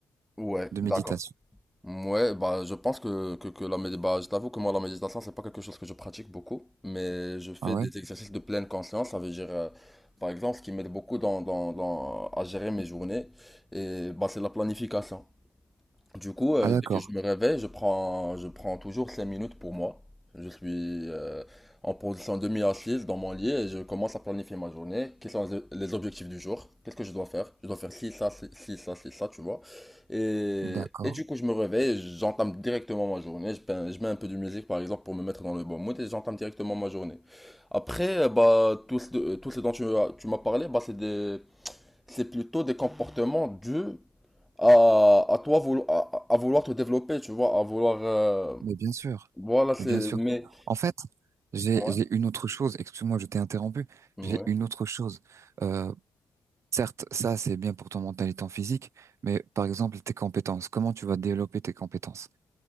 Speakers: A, in the centre; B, on the right (about 60°).
A: Ouais,
B: de méditation.
A: d'accord. Ouais, bah, je pense que, que, que la méditation, bah, je t'avoue que moi, la méditation, c'est pas quelque chose que je pratique beaucoup, mais je fais
B: Ah ouais?
A: des exercices de pleine conscience, ça veut dire, euh, par exemple, ce qui m'aide beaucoup dans, dans, dans, à gérer mes journées, et bah, c'est la planification. Du coup, euh,
B: Ah d'accord,
A: dès que je me réveille, je prends, je prends toujours 5 minutes pour moi. Je suis euh, en position demi-assise dans mon lit et je commence à planifier ma journée. Quels sont les les objectifs du jour? Qu'est-ce que je dois faire? Je dois faire ci, ça, ci, ci, ça, ci, ça, tu vois. Et,
B: d'accord.
A: et du coup, je me réveille, j'entame directement ma journée. Je, peins- je mets un peu de musique, par exemple, pour me mettre dans le bon mood et j'entame directement ma journée. Après, euh, bah, tout ce, euh, tout ce dont tu, as- tu m'as parlé, bah, c'est des, c'est plutôt des comportements dus à, à toi voulo- à, à vouloir te développer, tu vois, à vouloir euh,
B: Mais bien sûr,
A: voilà c'est
B: mais bien sûr.
A: mais
B: En fait, j'ai,
A: ouais
B: j'ai une autre chose, excuse-moi, je t'ai interrompu,
A: ouais
B: j'ai une autre chose. Euh, Certes, ça c'est bien pour ton mental et ton physique, mais par exemple tes compétences, comment tu vas développer tes compétences?